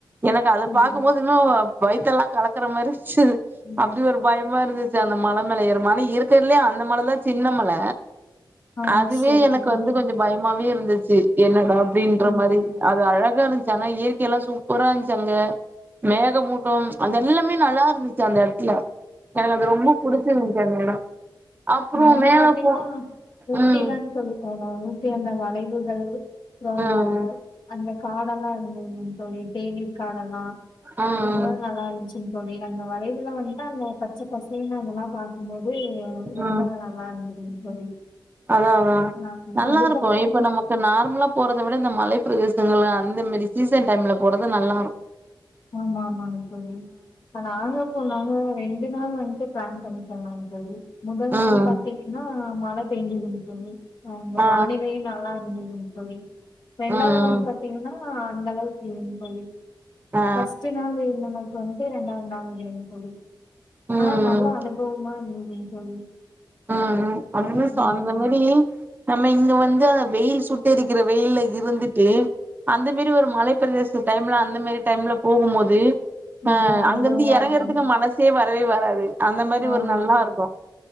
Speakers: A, on the right; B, on the left.
A: எனக்கு அத
B: சரி
A: பாக்கும்மோது இன்னு ஒ வயித்தெல்லா கலக்கற மாரிச்சுது
B: ம்.
A: அப்டி ஒரு பயமா இருந் ச்சு அந்த மல மேல ஏற மல இருக்கறதுலயே அந்த மலதா சின்ன மல
B: ஆ
A: அதுவே
B: சரிங்க
A: எனக்கு
B: தோழி
A: வந்து கொஞ்சோ பயமாவே இருந்துச்சு என்னடா அப்படின்ற
B: அப்படிங்களா
A: மாரி
B: தோழி
A: அது அழகா இருந் ச்சு ஆனா இயற்கை எல்லா சூப்பரா இருந்ச்சு அங்க மேகமூட்டோம் அது எல்லாமே நல்லா இருந்துச்சு அந்த எடத்துல எனக்கு அது ரொம்ப புடிச்சிருந்ச்சு அந்த எடோ அப்றோ
B: அவுங்க
A: மேல
B: பாத்தீங்ன்னா
A: போ
B: ஊட்டிதான்னு
A: ம்
B: சொல்லிருக்காங்க ஊட்டி அந்த வளைவுகள் அப்புறோ அந்த
A: ம்
B: அந்த காடல்லா இருந்ததுதுங் தோழி தேநீர் காடெல்லா
A: ம்
B: ஃபுல்லா நல்லா இருந்ச்சு ங் தோழி அந்த வளைவுல வந்ட்டு அந்த பச்ச பசேன்னு அதெல்லா பாக்கும்போது ரொம்ப
A: ம்
B: நல்லா இருந்ததுங் தோழி
A: அதா அதா
B: ஆ
A: நல்லா
B: அதுக்கப்புறம்
A: இருக்கு இப்ப நமக்கு நார்மலா போறத விட இந்த மலை பிரதேசங்கள்ள அந்த மாரி சீசன் டைம்ல போறது நல்லாரு
B: ஆமா ஆமாங் தோழி ஆனா நாங்க போனாலு ரெண்டு நாள் வன்ட்டு பிளான் பண்ணி போணோங் தோழி முதல்
A: ம்
B: நாள் பாத்தீங்கின்னா மழை பேஞ்சுதுங் தோழி அங்க
A: ஆ
B: வானிலையும் நல்லா இருந்ததுங் தோழி ரெண்டாவது
A: ம்
B: நாள் பாத்தீங்னா ஆ அந்த அளவுக்கு இல்லைங்க தோழி
A: ஆ
B: ஃபஸ்ட்டு நாள் இருந்த மா வன்ட்டு ரெண்டாவது நாள் இல்லைங் தோழி
A: ம்
B: ஆனா நல்லா அனுபவமா இருந்ததுங் தோழி
A: ஆ ஆ அதுல
B: அப்புறம்
A: சோ அந்த மாரி நம்ம இங்க வந்து அந்த வெயில் சுட்டெரிக்கிற வெயில்ல இருந்துட்டு அந்த மேரி ஒரு மலைப்பிரதேச டைம்ல அந்த மாரி டைம்ல போகும்போது ஆ
B: நல்லா அனுபவமா
A: அங்கிந்து எறங்கறதுக்கு
B: இருக்குங்க
A: மனசே வரவே வராது அந்த மாரி
B: ஆமாங்க
A: ஒரு நல்லா
B: தோழி
A: இருக்கு